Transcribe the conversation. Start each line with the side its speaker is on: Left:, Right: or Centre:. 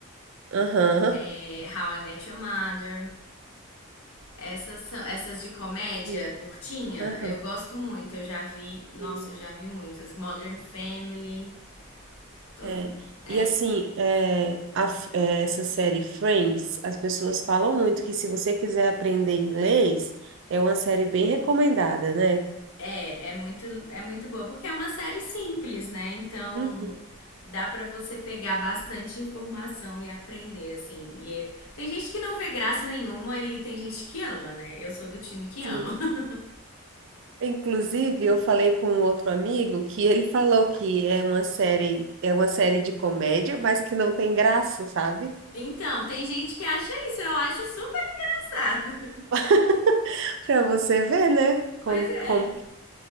Right: Aham.
Left: é, How I Met Your Mother. Essas são, essas de comédia
Right: Sim.
Left: curtinha,
Right: Aham.
Left: eu gosto muito. Eu já vi, nossa,
Right: Sim.
Left: eu já vi muitas. Modern Family, todo,
Right: É.
Left: é,
Right: E assim, é, a f- é, essa série Friends, as pessoas falam muito que se você quiser aprender inglês, é uma série bem recomendada, né?
Left: É, é muito, é muito boa, porque é uma série simples, né? Então
Right: Uhum.
Left: dá pra você pegar bastante informação e aprender, assim. E é- tem gente que não vê graça nenhuma e tem gente que ama, né? Eu sou do time que
Right: Sim.
Left: ama. <laughs>
Right: Inclusive, eu falei com um outro amigo que ele falou que é uma série, é uma série de comédia, mas que não tem graça, sabe?
Left: Então, tem gente que acha isso, eu acho super engraçado.
Right: <laughs> Para você ver, né?
Left: <laughs>
Right: Como,
Left: Pois é.
Right: como